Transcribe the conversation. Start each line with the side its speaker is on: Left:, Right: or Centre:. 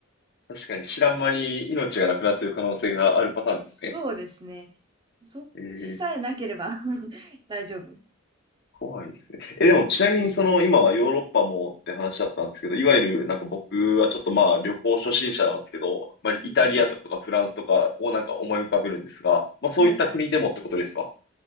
Left: 確かに知らん間に命がなくなっている可能性があるパターンですね。
Right: そうですね。そっちさえなければ
Left: ええ
Right: <laughs> 大丈夫。
Left: 怖いですね。え、でもちなみにその今ヨーロッパもって話だったんですけど、いわゆるなんか僕はちょっとまあ旅行初心者なんですけど、まあイタリアとかフランスとかをなんか思い浮かべるんですが、
Right: うんうん。
Left: まあそういった国でもってことですか
Right: はいはい。